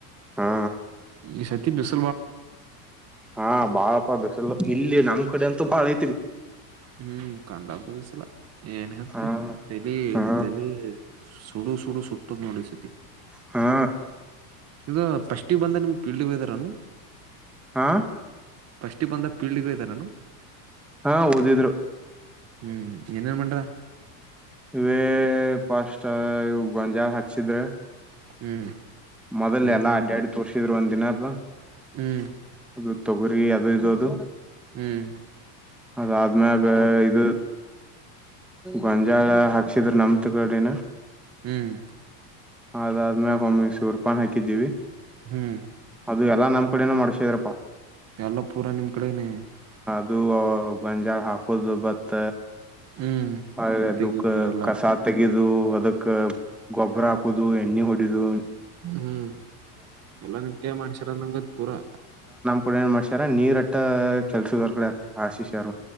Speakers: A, in the centre; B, on the right.
A: ಹಾ
B: ಈ ಸತಿ ಬಿಸ್
A: ಹಾ ಬಾಳಪ್ಪ ಬಿಸ್ಸಿಲು ಇಲ್ಲಿ ನಮ್ಮ ಕಡೆ ಅಂತೂ ಬಾಳಿ
B: ಹ್ಮ್ ಕಂಡ <unintelligible> ಏನ್ ಹೆತ್ತ
A: ಹಾ
B: ತಲೀ
A: ಹಾ
B: ತಲೀ ಸುಡು ಸುಡು ಸೋಟ್ಟದ್ ನೋಡ್ ಈ ಸತಿ
A: ಹಾ
B: ಈಗ ಪಸ್ಟೀಗ್ ಬಂದ ನಿಮ್ ಪೀಲ್ಡಿಗೆ ಹೋದರೇನು
A: ಹಾ
B: ಫಸ್ಟಿಗೆ ಬಂದ ಪೀಲ್ಡಿಗೆ ಹೋದರೇನು
A: ಹಾ ಓದಿದ್ರು
B: ಹ್ಮ್ ಏನೇನ್ ಮಂಡ್ರಾ
A: ಇವೇ ಪಸ್ಟಾ ಇವ್ ಗಂಜಾರ ಹಾಚ್ಚೀದ್ರಾ
B: ಹ್ಮ್
A: ಮೊದಲ್
B: ಮತ್ತೇನ್
A: ಎಲ್ಲ ಅಡ್ಯಾಡಿ ತೋರ್ಷ ಇದ್ರ ಒಂದ ದಿನ ವಾಹ
B: ಹ್ಮಞ
A: ಅದು ತೊಗರಿ ಅದು ಇದು ಅದು
B: ಹ್ಮ್
A: ಅದ ಆದ್ಮ್ಯಾಗ
B: ಮತ್
A: ಇದ ಗಂಜಾಳ ಹಾಕ್ಸಿದ್ರ ನಮತ್ ಕಡೆನ
B: ಹ್ಮ್
A: ಅದಾದ್ಮೇಲೆ ಒಮ್ಮೆ ಶೂರ್ಪನ್ ಹಾಕಿದ್ದೀವಿ
B: ಹ್ಮ್
A: ಅದು ಎಲ್ಲ ನಮ್ಮ ಕಡೆನೆ ಮಾಡ್ಸಿದ್ರರು ಪ
B: ಎಲ್ಲ ಪೂರ ನಿಮ್ ಕಡೆನ
A: ದು ಗಂಜಾ ಹಾಕುದು ಬತ್ತ
B: ಹ್ಮ್
A: ಹಳ್ಳೆ ಅದುಕ್ಕ
B: ತೆಗಿಬೇಕು ಎಲ್ಲ
A: ಕಸ ತೆಗೆದು ಇದು ಅದಕ್ಕ ಗೊಬರ ಹಾಕುದು ಎಣ್ಣಿ ಹು <unintelligible>
B: ಹ್ಮ್ ಎಲ್ಲ ನಿಮಕೆ ಮಾಡ್ಸಾರಂದಂಗದ್ ಪೂರಾ
A: ಕೂಡ ಏನ್ ಮಾಡ್ಸ್ಯಾರ ನೀರಟ್ಟ ಕೆಲಸರ ಕಡೆ ಆಸಷ್ಯಾರ